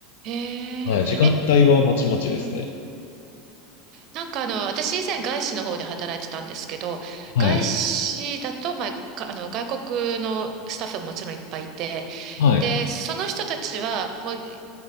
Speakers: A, on the right; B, on the left.
A: へ
B: はい、
A: え。
B: 時間帯はまちまちですね。
A: え、うん。なんかあの、私以前外資の方で働いてたんですけど、
B: はい。
A: 外資だと、まあ、かあの、外国のスタッフももちろんいっぱいいて、
B: はい。
A: で、その人たちは、もう、い